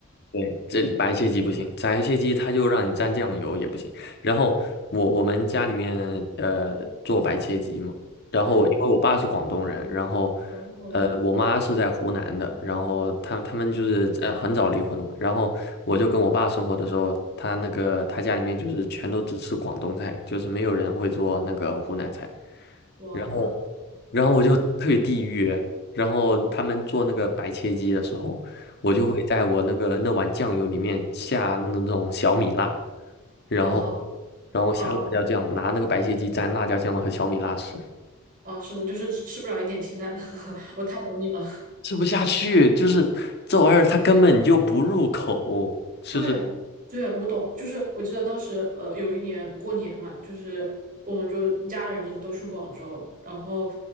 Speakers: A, on the left; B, on the right.
A: 对，这里白切鸡不行，白切鸡它就让你蘸酱油也不行。然后我我们家里面呃做白切鸡嘛，然后我因为我爸是广东人，
B: 嗯，
A: 然后
B: 哦，
A: 呃我妈是在湖南的，然后他他们就是呃很早离婚了嘛，然后我就跟我爸生活的时候，他那个他家里面就是全都只吃广东菜，就是没有人会做那个湖南菜，
B: 哇，
A: 然后然后我就特别地狱，然后他们做那个白切鸡的时候。我就会在我那个那碗酱油里面下那种小米辣，
B: 嗯，
A: 然后
B: 哦好，
A: 然后下辣椒酱，
B: 啊
A: 拿那个白切鸡蘸辣椒酱和小米辣吃，
B: 啊，是的，就是吃不了一点清淡的，<laughs> 我太懂你了。
A: 吃不下去，就是这玩意儿它根本就不入口，就是。
B: 对，对，我懂，就是我记得当时，呃，有一年过年嘛，就是我们就一家人都都去广州，然后，